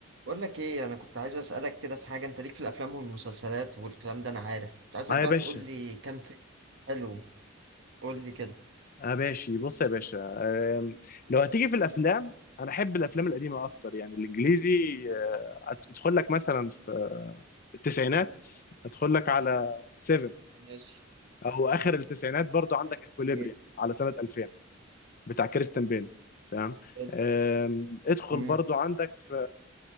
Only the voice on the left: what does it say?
اه
يا باشا
اه ماشي بص يا باشا آم، لو هتيجي في الافلام انا احب الافلام القديمه اكتر يعني الانجليزي آه، ادخل لك مثلا في التسعينات ادخل لك على 7
او اخر التسعينات برضو عندك اكوليبريم
على سنه 2000 بتاع كريستن بيل تمام
آم، ادخل
برضو عندك في